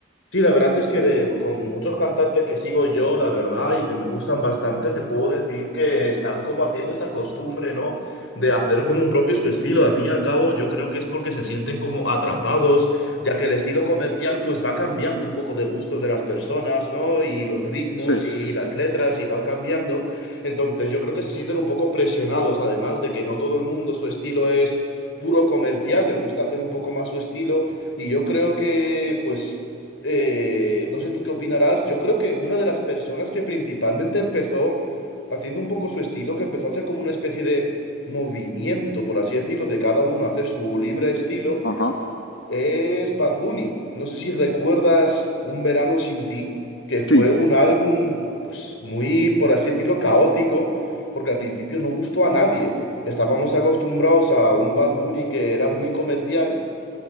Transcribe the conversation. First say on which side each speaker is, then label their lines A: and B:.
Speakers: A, on the left (about 85°); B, on the left (about 65°).
A: Sí, la verdad es que de- con muchos cantantes que sigo yo, la verdad, y que me gustan bastante, te puedo decir que están como haciendo esa costumbre, ¿no? De hacer como un propio su estilo. Al fin y al cabo, yo creo que es porque se sienten como atrapados, ya que el estilo comercial pues va cambiando un poco de gustos de las personas, ¿no? Y los ritmos
B: Sí,
A: y las letras y van cambiando. Entonces, yo creo que se sienten un poco presionados, además de que no todo el mundo su estilo es puro comercial, le gusta hacer un poco más su estilo. Y yo creo que, pues eh, no sé tú qué opinarás, yo creo que una de las personas que principalmente empezó haciendo un poco su estilo, que empezó a hacer como una especie de movimiento, por así decirlo, de cada uno hacer su libre estilo,
B: Ajá.
A: es Bad Bunny. No sé si recuerdas Un Verano Sin Ti, que fue
B: sí,
A: un álbum, pues muy, por así decirlo, caótico, porque al principio no gustó a nadie. Estábamos acostumbrados a un Bad Bunny que era muy comercial